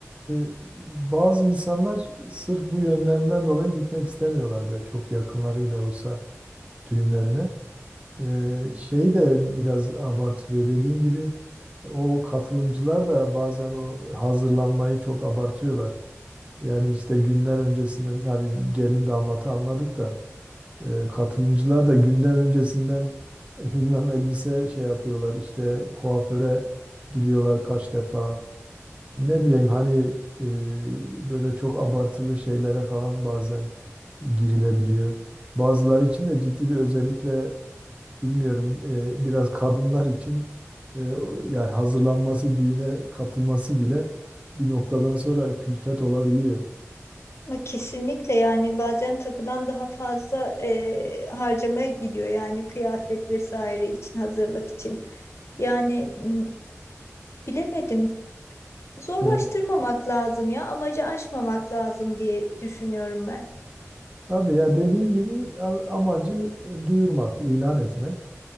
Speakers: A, on the right; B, on the left.
A: e, bazı insanlar sırf bu yönlerinden dolayı gitmek istemiyorlar da çok yakınları bile olsa düğümlerine. Ee, şey de biraz abartılıyor. Dediğin gibi o katılımcılar da bazen o hazırlanmayı çok abartıyorlar. Yani işte günler öncesinden hadi gelin damatı anladık da e, katılımcılar da günden öncesinden <laughs> bilmem elbise şey yapıyorlar işte kuaföre gidiyorlar kaç defa. Ne bileyim hani e, böyle çok abartılı şeylere falan bazen girilebiliyor. Bazıları için de ciddi bir özellikle bilmiyorum e, biraz kadınlar için e, o- yani hazırlanması, düğüne katılması bile bir noktadan sonra külfet olabiliyor.
B: Ama kesinlikle yani bazen takıdan daha fazla e, harcamaya gidiyor yani kıyafet vesaire için hazırlık için. Yani m, bilemedim. zorlaştırmamak
A: Evet.
B: lazım ya amacı aşmamak lazım diye düşünüyorum ben.
A: Tabii ya dediğin gibi a- amacı e, duyurmak, ilan etmek.